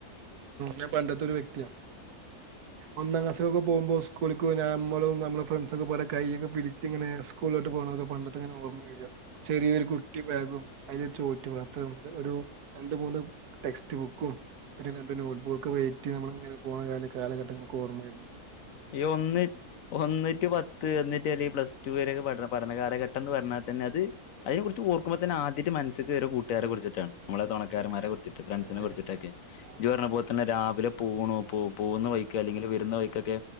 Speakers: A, on the right (about 80°); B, on the left (about 65°).
A: ഞാൻ പണ്ടത്തെ ഒരു വെക്തി ആ ഒന്നാം ക്ലാസ്സിൽ ഒന്നും പോകുമ്പോൾ സ്കൂളിക്ക് നമ്മള് നമ്മള് ഫ്രണ്ട്‌സ് പോലെ കൈ ഒക്കെ പിടിച്ചു സ്കൂളിലേക്ക് പോകുന്നത് പണ്ടത്തെ ഇങ്ങനെ ഓർമ വരുവാ ചെറിയ ഒരു കുട്ടി ബാഗും ചെറിയ ചോറ്റുപാത്രയും ഒരു രണ്ടു മൂന്ന് ടെസ്റ്റ്‌ ബുക്കും രണ്ടു നോട്ട് ബുക്കും ഇട്ടു നമ്മള് ഇങ്ങനെ പോകുന്നത് ഓർമ വരുക
B: യൊ ഒന്ന് ഒന്ന് റ്റു പത്ത് ഒന്ന് റ്റു അല്ലെ പ്ലസ് റ്റു വരേക്കെ പഠനം പഠനകാലഘട്ടംന്ന് പർഞ്ഞാതന്നെ അത് അയ്‌ന് കുർച് ഓർക്കുമ്പ തന്നെ ആദിട്ട് മൻസ്സിക്ക് വര കൂട്ടുകാരെ കുർച്ചിട്ടാണ് മ്മളെ തൊണക്കാരൻമാരെ
A: അതെ
B: കുർച്ചിട്ട് ഫ്രണ്ട്സിനെ
A: അതെ
B: കുർച്ചിട്ടൊക്കെ
A: അതെ
B: ഇജ് പർഞ്ഞ
A: ഉം.
B: പോൽ തന്നെ രാവിലെ പോണോ പോ പോന്ന വയ്ക്ക് അല്ലെങ്കില് വര്ണ വഴികൊക്കെ